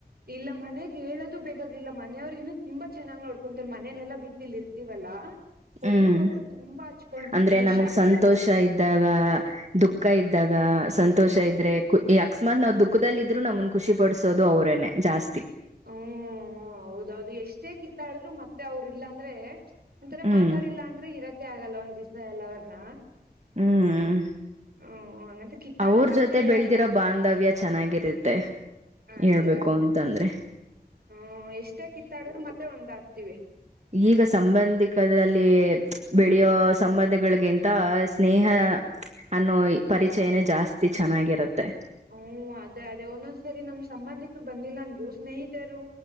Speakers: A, on the right; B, on the right.
A: ಇಲ್ಲ ಮನೆಗ್ ಹೇಳದು ಬೇಕಾಗಿಲ್ಲ ಮನೆಯವ್ರಿಗನು ತುಂಬಾ ಚೆನ್ನಾಗ್ ನೋಡ್ಕೊಂತರ್ ಮನನೆಲ್ಲಾ ಬಿಟ್ಟಿ ಇಲ್ಲಿ ಇರ್ತೀವಲ್ಲಾ
B: ಹ್ಮ್
A: ಒಬ್ರಗೊಬ್ರು ತುಂಬಾ ಹಚ್ಕೊಂಡಿರ್ತಿವಿ
B: ಅಂದ್ರೆ
A: ಹುಷಾರಿಲ್ದಾಗ
B: ನಮ್ಗ್ ಸಂತೋಷ ಇದ್ದಾಗ ದುಃಖ ಇದ್ದಾಗ ಸಂತೋಷ ಇದ್ರೆ ಅಕಸ್ಮಾತ್ ನಾವ ದುಃಖದಲ್ಲಿ ಇದ್ರು ನಮ್ನ್ ಖುಷಿ ಪಾಡಿಸೋದು ಅವರೇನೆ ಜಾಸ್ತಿ
A: ಹ್ಮ ಹೌದೌದು ಎಷ್ಟೇ ಕಿತಾಡಿದ್ರು ಮತ್ತೆ ಅವರು ಇಲ್ಲಾಂದ್ರೆ ಒಂತರ
B: ಹ್ಮ್
A: ಮಾತಾಡಿಲ್ಲ ಅಂದ್ರೆ ಇರಕೆ ಆಗಲ್ಲ ಒಂದ್ ದಿವಸ ಎಲ್ಲಾ ಅವ್ರನ್ನ
B: ಹ್ಮ್
A: ಹ್ಮ್ ಹಂಗಂತ ಕಿತ್ತಾಡಲ್ಲ
B: ಅವ್ರ
A: ಅಂತ
B: ಜೊತೆ
A: ಏನ್
B: ಬೆಳದಿರೋ
A: ಹೇಳಲ್ಲ
B: ಬಾಂಧವ್ಯ ಚೆನ್ನಾಗಿರುತ್ತೆ
A: ಅದೇ
B: ಹೇಳ್ಬೇಕು
A: ಅದೇ
B: ಅಂತ ಅಂದ್ರೆ
A: ಹ್ಮ್ ಎಷ್ಟೇ ಕಿತ್ತಾಡ್ರರು ಮತ್ತೆ ಒಂದಾಗ್ತಿವಿ
B: ಈಗ ಸಂಬಂಧಿಕರಲ್ಲಿ ಬೆಳೆಯೋ ಸಂಬಂಧಗಳಗಿಂತ ಸ್ನೇಹ ಅನ್ನೋ ಪರಿಚಯನೇ ಜಾಸ್ತಿ ಚೆನ್ನಾಗಿರುತ್ತೆ
A: ಹೂ ಅದೇ ಅದೇ ಒಂದೊಂದ್ಸರಿ ನಮ್ ಸಂಬಂಧಿಕರು ಬಂದಿಲ್ಲಂದರು ಸ್ನೇಹಿತರು